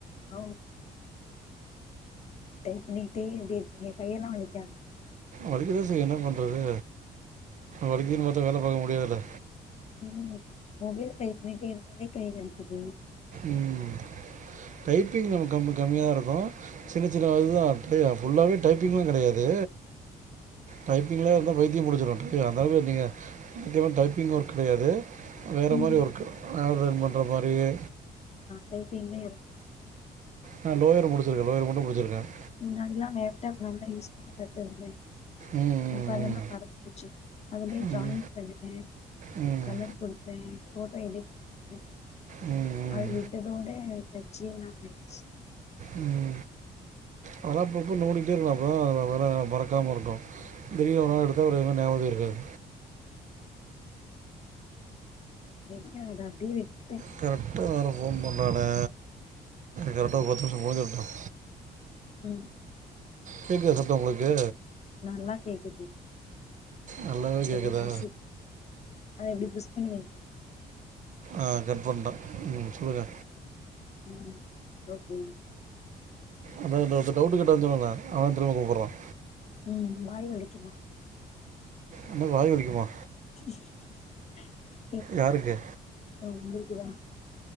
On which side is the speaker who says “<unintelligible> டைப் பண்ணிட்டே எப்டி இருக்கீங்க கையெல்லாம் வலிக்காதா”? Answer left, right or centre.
Left